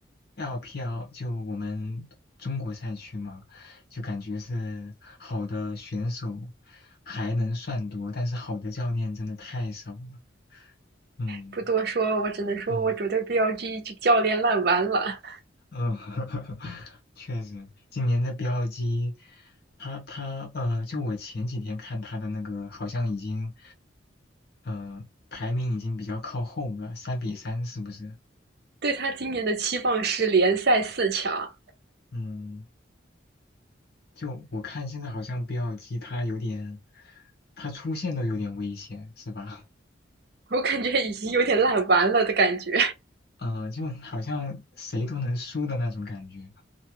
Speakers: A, on the left (about 55°); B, on the right (about 55°).
A: LPL 就我们中国赛区嘛，就感觉是好的选手还能算多，但是好的教练真的太少了，嗯
B: 不多说，我只能说我觉得
A: 嗯。
B: BLG 这教练烂完了，
A: 嗯，<laughs> 确实，今年的标机，他他呃，就我前几天看他的那个，好像已经，呃，排名已经比较靠后了，三比三是不是？
B: 对他今年的期望是联赛四强，
A: 嗯，就我看现在好像 BLG 它有点，他出现都有点危险，是吧？
B: 我感觉已经有点烂完了的感觉。
A: 嗯、就好像谁都能输的那种感觉。